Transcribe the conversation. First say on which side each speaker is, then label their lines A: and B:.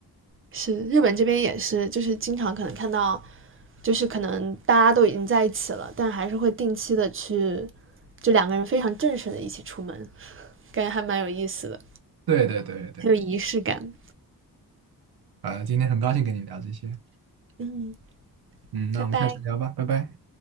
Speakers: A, on the right (about 35°); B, on the right (about 75°).
A: 是日本这边也是，就是经常可能看到，就是可能大家都已经在一起了，但还是会定期的去，就两个人非常正式的一起出门，感觉还蛮有意思的，
B: 对对对对对，
A: 很有仪式感。
B: 呃，今天很高兴跟你聊这些，
A: 嗯，
B: 嗯，那我们下次聊吧，
A: 拜拜。
B: 拜拜。